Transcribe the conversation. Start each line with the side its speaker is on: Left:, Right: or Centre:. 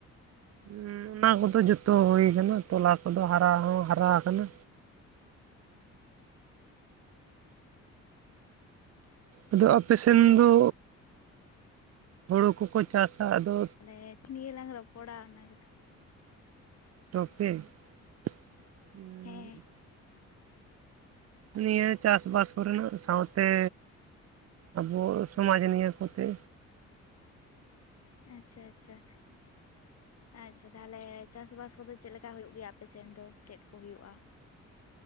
Right: ᱦᱩᱸ ᱚᱱᱟ ᱠᱚᱫᱚ ᱡᱚᱛᱚ ᱦᱩ ᱟᱠᱟᱱᱟ ᱛᱚᱞᱟ ᱠᱚᱫᱚ ᱦᱟᱨᱟ ᱦᱚᱸ ᱦᱟᱨᱟ ᱟᱠᱟᱱᱟ᱾ ᱟᱫᱚ ᱟᱯᱮᱥᱮᱱ ᱫᱚ ᱦᱳᱲᱩ ᱠᱚᱠᱚ ᱪᱟᱥᱟ ᱟᱫᱚ
Left: ᱛᱟᱦᱚᱞᱮ ᱪᱤᱫ ᱱᱤᱭᱟᱹᱞᱟᱝ ᱨᱚᱯᱚᱲᱟ ᱚᱱᱟ ᱜᱮᱛᱚ?
Right: <unintelligible>
Left: ᱦᱮᱸ
Right: ᱱᱤᱭᱟᱹ ᱪᱟᱥᱵᱟᱥ ᱠᱚᱨᱮᱱᱟᱜ ᱥᱟᱶᱛᱮ ᱟᱵᱚ ᱥᱚᱢᱟᱡᱽ ᱱᱤᱭᱟᱹ ᱠᱚᱛᱮ᱾
Left: ᱟᱪᱪᱷᱟ ᱟᱪᱪᱷᱟ᱾ ᱟᱪᱪᱷᱟ ᱛᱟᱦᱞᱮ ᱪᱟᱥᱵᱟᱥ ᱠᱚᱫᱚ ᱪᱮᱫᱞᱮᱠᱟ ᱦᱩᱭᱩᱜ ᱜᱮᱭᱟ ᱟᱯᱮ ᱥᱮᱱ ᱫᱚ ᱪᱮᱫ ᱠᱚ ᱦᱩᱭᱩᱜᱼᱟ?